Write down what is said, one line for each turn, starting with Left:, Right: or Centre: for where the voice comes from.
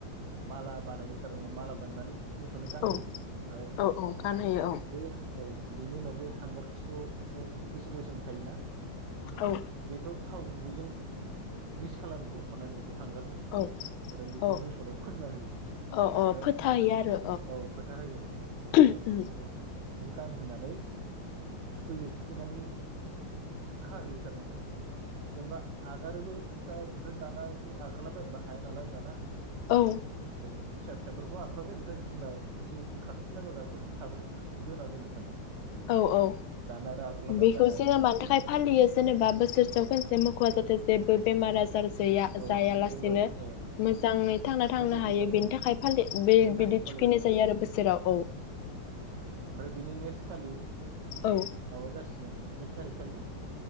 Right: माला बानायो थारमाने माला बानायनानै मोसौनो गानहोयो
Left: औ
Right: ओमफ्राय
Left: औ औ गानहोयो औ
Right: बै हा औ बेनि उनाव बे हांगार खिथुआव औ गोसोम गोसोम थायोना।
Left: औ
Right: बेखौ था थाव गुबैजों मिस खालामो हखनानै बे थांगारखौ
Left: औ
Right: ओमफ्राय बेखौ
Left: औ
Right: मोसौनाव फोनना होयो
Left: औ
Right: ओमफ्राय
Left: औ फोथायो आरो
Right: औ फोथा होयो औ ओमफ्राय
Left: औ
Right: बिनिखौ बेखौ गानहोनानै थुखैयो थुखैनानै खहैयो थार माने जेनबा आगारोबो दा ओफ्राय दाना बिदि आगारलाबायबा हाया नालाय दाना ओमफ्राय
Left: औ
Right: फिसा फिसाफोरखौ आग्राबाय ओमफ्राय बिमा एसे खारथिंलायबायग्राफोर थाबाथाय दोना दोनो थारमान
Left: औ औ
Right: दाना रागालाबायनोबो
Left: बेखौ
Right: हाया
Left: जोङो
Right: नालाय
Left: मानि थाखाय फालियो जेनेबा बोसोरसेयाव खनसे मोखर जाथों जेबो बेमार आजार जे
Right: औ
Left: जायालासेनो
Right: बेमार औ
Left: मोजाङै थांना थांनो
Right: मोसौ
Left: हायो
Right: बैसागु
Left: बेनि
Right: उम
Left: थाखाय फालि बे
Right: बेनि थाखाय
Left: बिदि
Right: फालियो
Left: थुखैनाय जायो आरो बोसोराव औ
Right: ओमफ्राय बिनि नेक्स्ट खालि
Left: औ
Right: माबा जासिगोन एक थारिख खालि